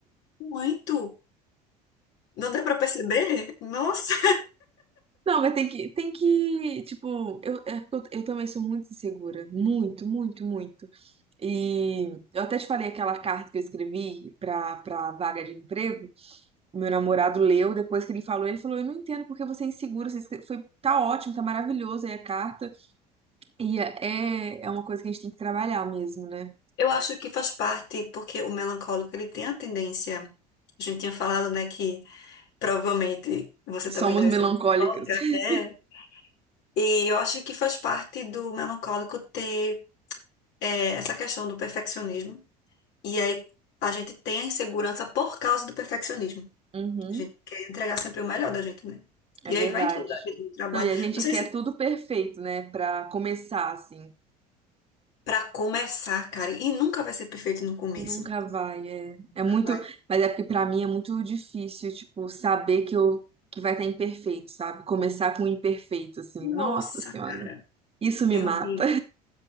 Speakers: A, on the left (about 60°); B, on the right (about 25°).
A: Muito. Não deu para perceber? Nossa.
B: Não, mas tem que, tem que, tipo, eu, é porque eu, eu também sou muito insegura, muito, muito, muito. E eu até te falei aquela carta que eu escrevi pra, pra vaga de emprego, meu namorado leu, depois que ele falou, ele falou, eu não entendo porque você é insegura, você escre- foi, tá ótimo, tá maravilhoso aí a carta, e é, é é uma coisa que a gente tem que trabalhar mesmo, né?
A: Eu acho que faz parte, porque o melancólico, ele tem a tendência. A gente tinha falado, né, que provavelmente você
B: Somos
A: também deve
B: melancólicas.
A: ser melancólica.
B: <laughs>
A: É. E eu acho que faz parte do melancólico ter é, essa questão do perfeccionismo. E aí a gente tem a insegurança por causa do perfeccionismo.
B: Uhum,
A: A gente quer entregar sempre o melhor da gente, né?
B: é
A: E
B: verdade.
A: aí vai em tudo da vida, no trabalho.
B: Não, e a gente
A: Não sei
B: quer
A: se
B: tudo perfeito, né, Pra começar, assim.
A: para começar, cara, e nunca vai ser perfeito no começo.
B: Nunca vai, é.
A: Nunca
B: É muito,
A: vai.
B: mas é porque pra mim é muito difícil, tipo, saber que eu que vai estar imperfeito, sabe? Começar com o imperfeito, assim.
A: Nossa,
B: Nossa Senhora,
A: cara,
B: isso me
A: é
B: mata.
A: horrível.